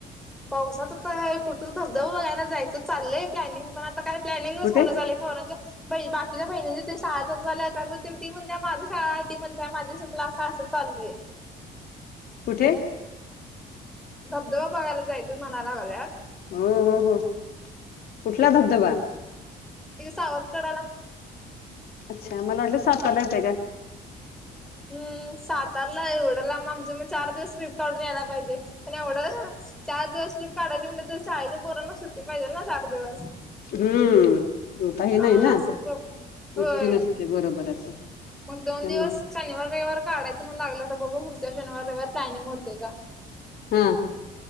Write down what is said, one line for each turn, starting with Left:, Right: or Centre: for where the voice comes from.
Centre: पावसाात तर कुठं धबधबबा बघायला जायचं चाललंय प्लॅनिंग पण ता काही प्लॅनिंगच
Left: कुठे
Centre: होणं झाले पोरांच्या ब बाकीच्या बहिणीं ज त शाळा सुरू झाल्या त्यामूळ ती म्हणते माझी शाळा आहे ती म्हणत माझी <unintelligible> असा असं चालू आहे
Left: कुठे?
Centre: धबधबा बघायला जायचां म्हणायला लागल्यात
Left: ह, ह, ह कुठला धबधबा?
Centre: इथ सावत्कडाला
Left: अच्छा मला वाटलं सातरला येताय काय
Centre: हम् सातारला एवढं लांब आमच मग चार दिवस ट्रीप काढून यायला पाहिजे पण एवढ्या चार दिवस ट्रीप काढायची म्हणजे शाळेच्या पोरांना सुट्टी पाहिजे ना चार दिवस
Left: हम्म काही
Centre: हा
Left: नाही ना
Centre: असं
Left: सुट्टी
Centre: होय
Left: नसते बरोबर आहे
Centre: मग दोन
Left: त्यामुळ
Centre: दिवस शनिवार, रविवार काढायचं मण लागलं आता बघ पुढच्या शनिवार, रविवार प्लॅनिंग होतय का
Left: ह